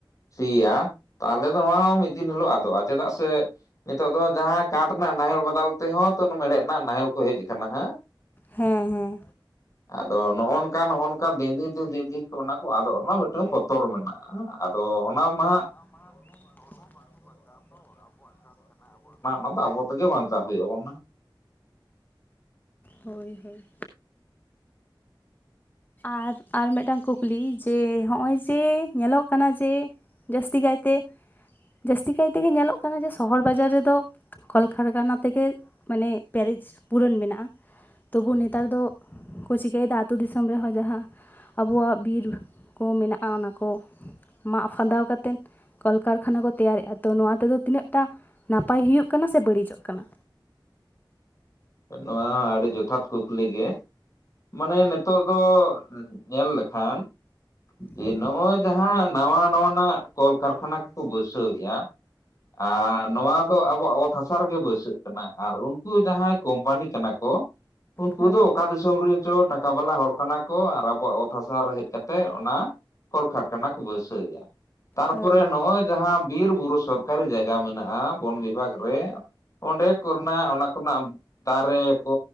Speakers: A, on the left; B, on the left.
A: ᱥᱤᱭᱟ, ᱛᱟᱦᱚᱞᱮ ᱫᱚ ᱱᱚᱣᱟ ᱦᱚᱸ ᱢᱤᱫ ᱫᱤᱱ ᱦᱤᱞᱳᱜ ᱟᱫᱚᱜᱼᱟ ᱪᱮᱫᱟᱜ ᱥᱮ ᱱᱤᱛᱚᱜ ᱫᱚ ᱡᱟᱦᱟᱸ ᱠᱟᱴ ᱨᱮᱱᱟᱜ ᱱᱟᱦᱮᱞ ᱵᱟᱫᱟᱞ ᱛᱮᱦᱚᱸᱼᱼ ᱢᱮᱲᱦᱮᱫ ᱨᱮᱱᱟᱜ ᱱᱟᱦᱮᱞ ᱠᱚ ᱦᱮᱡ ᱟᱠᱟᱱᱟ ᱦᱟᱜ
B: ᱦᱮᱸ ᱦᱮᱸ
A: ᱟᱫᱚ ᱱᱚᱜᱼᱚ <unintelligible> ᱚᱱᱠᱟ ᱱᱚᱜᱼᱚ ᱱᱚᱝᱠᱟ ᱫᱤᱱ ᱫᱤᱱ ᱛᱮ ᱫᱤᱱ ᱫᱤᱱ ᱠᱚ ᱚᱱᱟ ᱠᱚ ᱟᱫᱚ ᱚᱱᱟ ᱢᱤᱫᱴᱟᱝ ᱵᱚᱛᱚᱨ ᱢᱮᱱᱟᱜᱼᱟ ᱟᱫᱚ ᱚᱱᱟ ᱢᱟᱦᱟᱸᱜ
B: ᱚᱱᱟ ᱢᱟ ᱦᱟᱸᱜ ᱦᱚᱲᱢᱚ ᱵᱟᱝ ᱠᱚ ᱵᱟᱧᱪᱟᱣ ᱫᱚ ᱟᱵᱚᱣᱟᱜ ᱪᱟᱥ ᱠᱟᱱᱟ ᱟᱵᱚᱣᱟᱜ ᱥᱟᱯ
A: ᱟᱫᱚ ᱟᱵᱚ ᱛᱮᱜᱮ ᱵᱟᱧᱪᱟᱣ ᱦᱩᱭ ᱟᱵᱚᱱᱱᱟ
B: ᱦᱳᱭ ᱦᱳᱭ ᱟᱨ ᱟᱨ ᱢᱤᱫᱴᱟᱝ ᱠᱩᱠᱞᱤ ᱡᱮ ᱦᱚᱸᱜᱼᱚᱭ ᱡᱮ ᱧᱮᱞᱚᱜ ᱠᱟᱱᱟ ᱡᱮᱼᱼ ᱡᱟᱹᱥᱛᱤ ᱠᱟᱭᱛᱮ ᱡᱟᱹᱥᱛᱤ ᱠᱟᱭᱛᱮᱜᱮ ᱧᱮᱞᱚᱜ ᱠᱟᱱᱟ ᱡᱮ ᱥᱚᱦᱚᱨ ᱵᱟᱡᱟᱨ ᱨᱮ ᱫᱚ ᱠᱚᱞᱠᱟᱨᱠᱷᱟᱱᱟ ᱛᱮᱜᱮ ᱢᱟᱱᱮ ᱯᱮᱨᱮᱡ ᱯᱩᱨᱟᱹᱱ ᱢᱮᱱᱟᱜᱼᱟ ᱛᱚᱵᱩ ᱱᱮᱛᱟᱨ ᱫᱚᱠᱚ ᱪᱤᱠᱟᱹᱭ ᱮᱫᱟ ᱟᱛᱳ ᱫᱤᱥᱚᱢ ᱫᱤᱥᱚᱢ ᱨᱮᱦᱚᱸ ᱡᱟᱦᱟᱸ ᱟᱵᱚᱣᱟᱜ ᱵᱤᱨ ᱠᱚ ᱢᱮᱱᱟᱜᱼᱟ ᱚᱱᱟ ᱠᱚᱼᱼ ᱢᱟᱜ ᱯᱷᱟᱸᱫᱟᱣ ᱠᱟᱛᱮᱱ ᱠᱚᱞ ᱠᱟᱨᱠᱷᱟᱱᱟ ᱠᱚ ᱛᱮᱭᱟᱨᱮᱫᱼᱟ ᱛᱚ ᱱᱚᱣᱟ ᱛᱮᱫᱚ ᱛᱤᱱᱟᱹᱜ ᱴᱟ ᱱᱟᱯᱟᱭ ᱦᱩᱭᱩᱜ ᱠᱟᱱᱟ ᱥᱮ ᱵᱟᱹᱲᱤᱡᱚᱜ ᱠᱟᱱᱟ
A: ᱱᱚᱣᱟ ᱟᱹᱰᱤ ᱡᱚᱛᱷᱟᱛ ᱠᱩᱠᱞᱤ ᱜᱮ ᱢᱟᱱᱮ ᱱᱤᱛᱚᱜ ᱫᱚ ᱧᱮᱞᱼᱼ ᱠᱷᱟᱱ ᱡᱮ
B: ᱦᱳᱭ
A: ᱱᱚᱜᱼᱚᱭ ᱡᱟᱦᱟᱸ ᱱᱟᱣᱟ ᱱᱟᱣᱟᱱᱟᱜ ᱠᱚᱞ ᱠᱟᱨᱠᱷᱟᱱᱟ ᱠᱚᱠᱚ ᱵᱟᱹᱭᱥᱟᱹᱣ ᱮᱜᱼᱟ ᱟᱨ ᱱᱚᱣᱟ ᱫᱚ ᱟᱵᱚᱣᱟᱜ ᱚᱛ ᱦᱟᱥᱟ ᱨᱮᱜᱮ ᱵᱟᱹᱭᱥᱟᱹᱜ ᱠᱟᱱᱟ ᱟᱨ ᱩᱱᱠᱩ ᱡᱟᱦᱟᱸᱭ ᱠᱚᱢᱯᱟᱱᱤ ᱠᱟᱱᱟ ᱠᱚ <unintelligible> ᱩᱱᱠᱩ
B: ᱦᱳᱭ
A: ᱫᱚ ᱚᱠᱟ ᱫᱤᱥᱚᱢ ᱨᱮᱱ ᱪᱚ ᱴᱟᱠᱟ ᱵᱟᱞᱟ ᱦᱚᱲ ᱠᱟᱱᱟ ᱠᱚ ᱟᱨ ᱟᱵᱚᱣᱟᱜ ᱚᱛ ᱦᱟᱥᱟ ᱨᱮ ᱦᱮᱡ ᱠᱟᱛᱮᱫ ᱚᱱᱟ ᱠᱚᱞ ᱠᱟᱨᱠᱷᱟᱱᱟ ᱠᱚ ᱵᱟᱹᱭᱥᱟᱹᱭ ᱮᱜᱼᱟ ᱛᱟᱨᱯᱚᱨᱮ
B: ᱦᱳᱭ
A: ᱱᱚᱜᱼᱚᱭ ᱡᱟᱦᱟᱸ ᱵᱤᱨ ᱵᱩᱨᱩ ᱥᱚᱨᱠᱟᱨᱤ ᱡᱟᱭᱜᱟ ᱢᱮᱱᱟᱜᱼᱟ ᱵᱚᱱ ᱵᱤᱵᱷᱟᱜᱽ ᱨᱮ ᱚᱸᱰᱮ ᱠᱚᱨᱱᱟ ᱚᱱᱟ ᱠᱚ ᱨᱮᱱᱟᱜᱼᱼ ᱫᱟᱨᱮ ᱠᱚ